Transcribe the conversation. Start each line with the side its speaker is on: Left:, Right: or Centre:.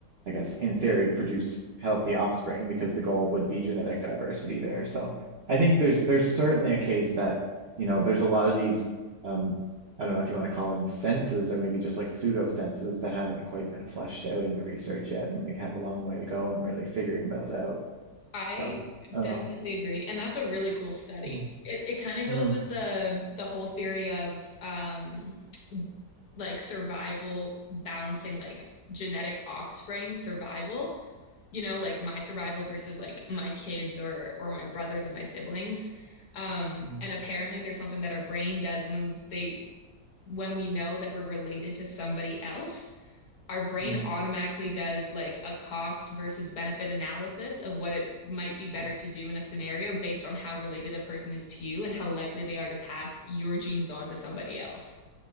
Right: I guess in theory produce healthy offspring because the goal would be genetic diversity there. So I think there's there's certainly a case that you know there's a lot of these. Um, I don't know if you want to call them senses or maybe just like pseudo senses that haven't quite been fleshed out in the research yet, and we have a long way to go in really figuring those out.
Left: I
Right: So I don't
Left: definitely
Right: know.
Left: agree. And that's a really cool study.
Right: Mm,
Left: It, it kind of goes
Right: mm,
Left: with the the whole theory of um, like survival balancing like genetic offspring survival, you know, like my survival versus like my kids or or my brothers and my siblings. Um,
Right: mm,
Left: and apparently there's something that our brain does when they when we know that we're related to somebody else, our brain
Right: mm,
Left: automatically does like a cost versus benefit analysis of what it might be better
Right: mm.
Left: to do in a scenario based on how related a person is to you and how likely they are to pass your genes on to somebody else.